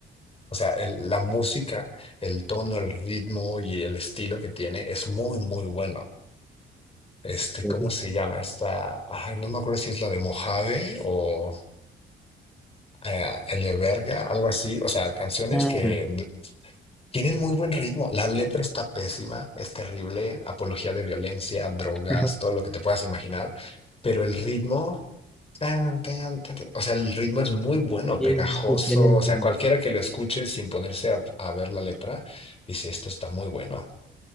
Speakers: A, on the left; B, in the centre.
A: o sea, el- la música, el tono, el ritmo y el estilo que tiene es muy, muy bueno. Este,
B: Sí.
A: ¿cómo se llama? Esta, ay, no me acuerdo si es la de Mojave o eh, El de Verga, algo así. O sea, canciones
B: Ah,
A: que Tienen muy buen ritmo. La letra está pésima, es terrible, apología de violencia, drogas,
B: <laughs>
A: todo lo que te puedas imaginar, pero el ritmo, tan, tan, tan, tan, o sea, el ritmo es muy bueno,
B: sí,
A: pegajoso,
B: sí, sí, <laughs> tienen
A: o sea,
B: algo.
A: cualquiera que lo escuche sin ponerse a, a ver la letra, dice, esto está muy bueno.